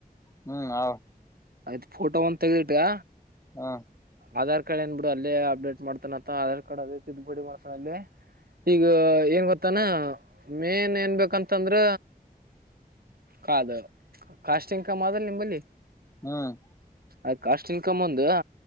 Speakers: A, on the left; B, on the right.
A: ಹ್ಮ್ ಆ
B: ಆಯ್ತ್ ಫೋಟೋ ಒಂದ ತೆಗೆದುಇಟ್ಟಕ
A: ಹ್ಮ
B: ಆಧಾರ್ ಕಾರ್ಡ್ ಏನ್ ಬಿಡು ಅಲ್ಲೇ ಅಪ್ಡೇಟ್ ಮಾಡ್ತಾನತ್ತ ಆಧಾರ್ ಅದೇ ತಿದ್ದ್ಬಿಡಿ ಮಾಡ್ಸನ ಅಲ್ಲಿ ಈಗ ಏನ್ ಗೊತ್ತಾನ ಮೇನ್ ಏನ್ಬೇಕಂತಂದ್ರ ಕದು ಕಾಸ್ಟ ಇಂಕಮ್ ಅದ ನಿಂಬಲ್ಲಿ
A: ಹ್ಮ್
B: ಅ ಕಾಸ್ಟ್ ಇನ್ಕಮ್ ಒಂದು